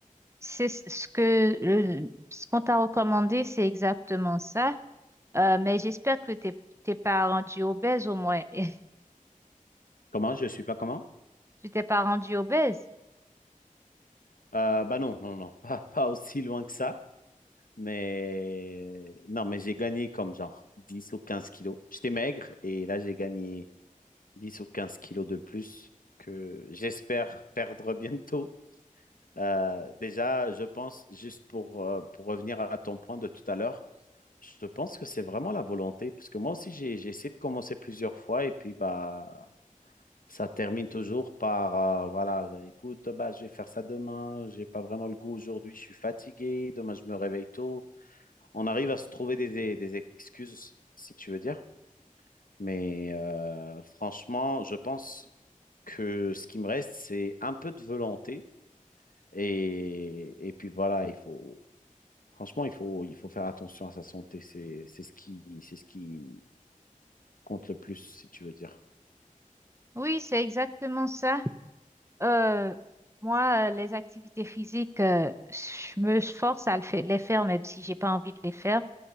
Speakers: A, on the right; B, on the left.
A: c'est ce ce que, le- ce qu'on t'a recommandé, c'est exactement ça. Euh, mais j'espère que t'es, t'es pas rendu obèse au moins. <laughs>
B: Comment? Je suis pas comment?
A: Tu t'es pas rendu obèse.
B: Euh, bah non, non, non, <laughs> pas, pas aussi loin que ça. Mais non, mais j'ai gagné comme genre 10 ou 15 kilos. J'étais maigre et là j'ai gagné 10 ou 15 kilos de plus que j'espère perdre bientôt. Euh, déjà, je pense, juste pour, euh, pour revenir à ton point de tout à l'heure, je pense que c'est vraiment la volonté, parce que moi aussi, j'ai, j'ai essayé de commencer plusieurs fois et puis bah, ça termine toujours par, euh, voilà, écoute, bah, je vais faire ça demain, j'ai pas vraiment le goût aujourd'hui, je suis fatigué, demain je me réveille tôt. On arrive à se trouver des, des des excuses, si tu veux dire. Mais euh, franchement, je pense que ce qui me reste, c'est un peu de volonté. Et, et puis voilà, il faut, franchement, il faut, il faut faire attention à sa santé. C'est, c'est ce qui, c'est ce qui compte le plus, si tu veux dire.
A: Oui, c'est exactement ça. Euh, moi, euh, les activités physiques, euh, je me force à le fa- les faire, même si j'ai pas envie de les faire.